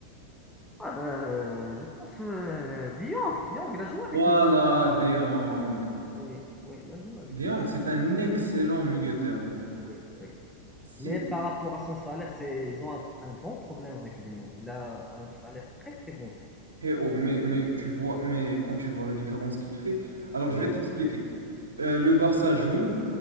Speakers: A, in the centre; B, on the right (about 70°).
A: Euh, je pense euh, De Jong, De Jong, il a joué avec
B: Voilà,
A: Messi.
B: De Jong.
A: De Jong. Oui, oui, il a joué avec
B: De
A: Messi.
B: Jong, c'est un excellent milieu de terrain.
A: Oui, oui.
B: Si-
A: Mais par rapport à son salaire, c'est, ils ont un, un grand problème avec De Jong. Il a un salaire très, très gonflé.
B: Eh oh, mais, mais tu vois, mais quand tu vois la différence qu'il fait, alors
A: Oui,
B: je vais t'expliquer.
A: oui, dé-
B: Euh, le Barça joue,